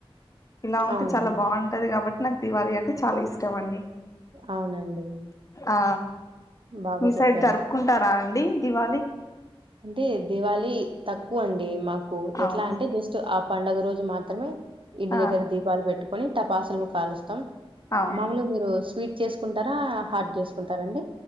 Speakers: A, on the left; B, on the right.
A: ఇలా ఉంటే
B: అవును
A: చాలా బాగుంటది కాబట్టి నాకు దివళి అంటే చాలా ఇష్టం అండి
B: అవునండి
A: ఆ
B: బాగా
A: మీ
B: చెప్పారు
A: సైడ్ జరుపుకుంటారా డి దివాళి
B: అంటే దివాళి తక్కువ అండి మాకు నాకు ఎట్లా
A: అవునా
B: అంటే జస్ట్ ఆ పండుగ రోజు మాత్రమే ఇంటి
A: ఆ
B: దగ్గర దీపాలు పెట్టుకు కొని తపాసులు కాలుస్తాం
A: అవునా
B: మాములుగా మీరు స్వీట్ చేసుకుంటారా హార్డ్ చేసుకుంటారండి